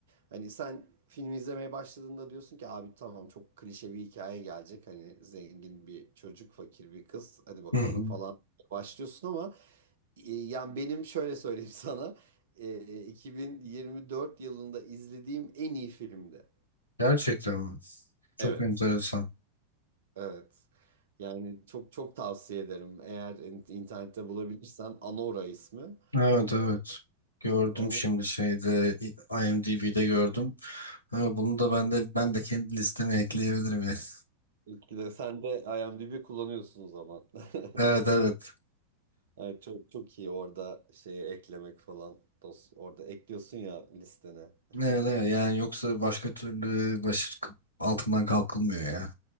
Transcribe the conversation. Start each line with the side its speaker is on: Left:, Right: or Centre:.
Right: Hani sen film izlemeye başladığında diyorsun ki abi tamam çok klişe bir hikaye gelecek. Hani zengin bir çocuk, fakir bir kız hadi bakalım
Left: Hı hı.
Right: falan başlıyorsun ama e, yani benim şöyle söyleyeyim <laughs> sana e, 2024 yılında izlediğim en iyi filmdi.
Left: Gerçekten mi? Çok
Right: Evet.
Left: enteresan.
Right: Evet. Yani çok çok tavsiye ederim. Eğer in- internette bulabilirsen Anora ismi.
Left: Evet evet.
Right: E,
Left: Gördüm
Right: Onu
Left: şimdi şeyde IMDb'de gördüm. Ama bunu da ben de ben de kendi listeme ekleyebilirim yani. <laughs>
Right: ikide sen de IMDb kullanıyorsun o zaman. <laughs>
Left: Evet evet.
Right: Evet, çok çok iyi orada şeyi eklemek falan. Dos- orada ekliyorsun ya listene.
Left: Evet,
Right: <laughs>
Left: evet. Yani yoksa başka türlü başı altından kalkılmıyor ya.